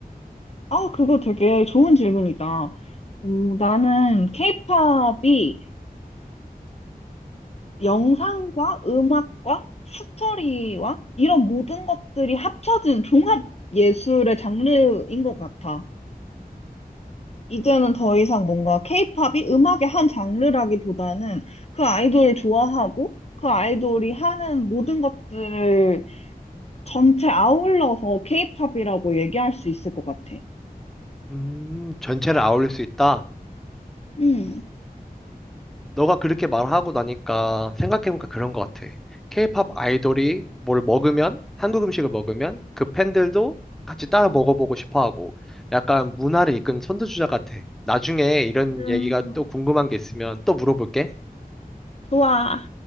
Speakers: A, on the left; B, in the centre.
A: 아, 그거 되게 좋은 질문이다. 오, 나는 케이팝이 영상과 음악과 스토리와 이런 모든 것들이 합쳐진 종합 예술의 장르인 것 같아. 이제는 더 이상 뭔가 케이팝이 음악의 한 장르라기보다는 그 아이돌을 좋아하고 그 아이돌이 하는 모든 것들을 전체 아울러서 케이팝이라고 얘기할 수 있을 것 같아.
B: 음, 전체를 아울릴 수 있다.
A: 음.
B: 너가 그렇게 말하고 나니까 생각해보니까 그런 것 같아. 케이팝 아이돌이 뭘 먹으면, 한국 음식을 먹으면 그 팬들도 같이 따라 먹어보고 싶어 하고 약간 문화를 이끄는 선두주자 같아. 나중에 이런
A: 음,
B: 얘기가 또 궁금한 게 있으면 또 물어볼게.
A: 좋아.